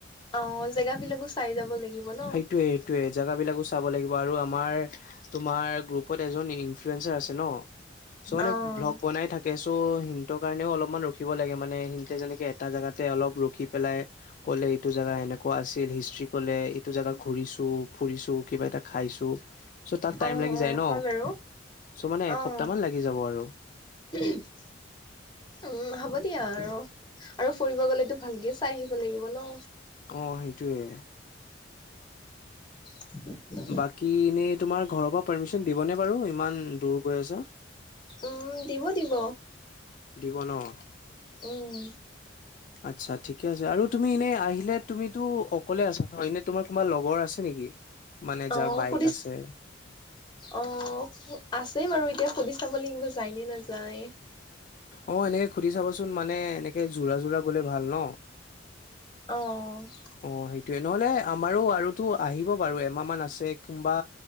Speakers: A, on the left; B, on the left.
A: অ', জেগাবিলাকো চাই যাব লাগিব ন।
B: সেইটোয়ে সেইটোয়ে জেগাবিলাকো চাব লাগিব আৰু আম তোমাৰ ইনফ্লেঞ্চাৰ আছে ন চ' মানে
A: অ',
B: ভ্লোগ বনাই থাকে চ' সিহঁৰ কাৰণেও অলপমান ৰখিব লাগে। মানে সিহতে যেনেকে এটা জেগাতে অলপ ৰখি পেলাই ক'লে এইটো জোগা এনে কোৱা আছিল হিষ্ট্ৰি ক'লে এইটো জেগা ঘুৰিছো ফুৰিছো কিবা এটা খাইছো চ' তাত টাইম
A: অ',
B: লাগি
A: অ',
B: যায় ন।
A: হয় বাৰু
B: চ' মানে এসপ্তাহ
A: অ'।
B: মান লাগি যাব আৰু।
A: <inaudible> উম, হ'ব দিয়া আৰু আৰু ফুৰিব গ'লেতো ভালকে চাই আহিব লাগিব ন।
B: অ', সেইটোয়ে।
A: <inaudible>
B: বাকী এনেই তোমাৰ ঘৰৰ পৰা পাৰ্মিচন দিবনে বাৰু ইমান দূৰ গৈ আছা।
A: উম, দিব দিব
B: দিব ন
A: উম।
B: আচ্ছা ঠিকে আছে আৰু তুমি এনেই আহিলে তুমিতো অকলে আছা ন এনে তোমাৰ কোনোবা লগৰ আছে নেকি? মানে
A: অ',
B: যাৰ বাইক
A: সুধিছ
B: আছে
A: অ', আছেই বাৰু এতিয়া সুধি চাব লাগিব যায় নে নাযায়।
B: অ', এনেকে সুধি চাবচোন মানে এনেকে যোৰা যোৰা গ'লে ভাল ন।
A: অ'।
B: অ', সেইটোয়ে নহ'লে আমাৰো আৰুতো আহিব বাৰু এমাহ মান আছে কোনোবা